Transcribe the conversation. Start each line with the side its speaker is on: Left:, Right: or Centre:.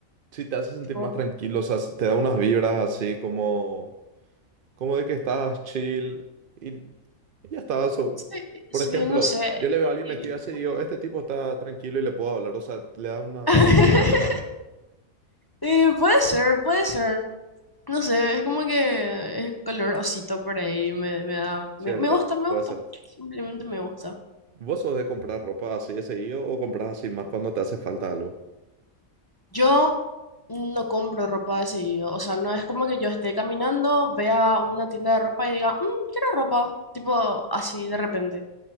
Right: Sí, te hace sentir
Left: Tipo,
Right: más tranquilo, o sea, te da unas vibras así como, como de que estás chill y, y ya está. so-
Left: sí, sí,
Right: por ejemplo,
Left: no sé.
Right: yo le veo a alguien
Left: Y-
Right: vestido así y digo, este tipo está tranquilo y le puedo hablar, o sea, le da una
Left: <laughs>
Right: onda amigable también,
Left: Eh, puede ser, puede ser. No sé, es como que es color osito por ahí, me, me da,
Right: ¿cierto?
Left: me, me gusta, me
Right: Puede
Left: gusta.
Right: ser.
Left: Simplemente me gusta.
Right: ¿Vos sos de comprar ropa así de seguido o compras así más cuando te hace falta algo?
Left: Yo no compro ropa de seguido, o sea, no es como que yo esté caminando, vea una tienda de ropa y diga, "Mm, quiero ropa, tipo así de repente.